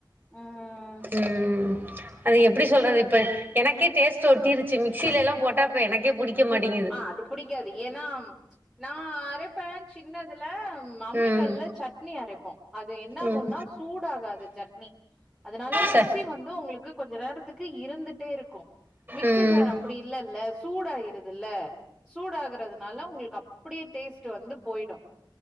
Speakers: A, in the centre; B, on the right.
A: ம்
B: ம் அது எப்டி சொல்றது இப்ப எனக்கே டேஸ்ட் டு ஒட்டிரிச்சி மிக்ஸிலல்லா போட்டா இப்ப எனக்கே புடிக்க மாட்டிங்கிது
A: ஆ அது புடிக்காது ஏனா நா அரைப்பே சின்னதுல நா அம்மி
B: ம்
A: கல்ல சட்னி அரைப்போ அது என்ன ஆகுன்னா
B: ம்
A: சூடாகாது சட்னி அதனால
B: ச
A: ருசி வந்து ஒங்களுக்கு கொஞ்ச நேரத்துக்கு இருந்துட்டே இருக்கு மிக்ஸி
B: ம்
A: ஜார் அப்டி இல்லெல்ல சூடாயிரு தில்ல சூடாகறதுனால உங்ளுக்கு அப்டியே டேஸ்ட்டு வந்து போய்டு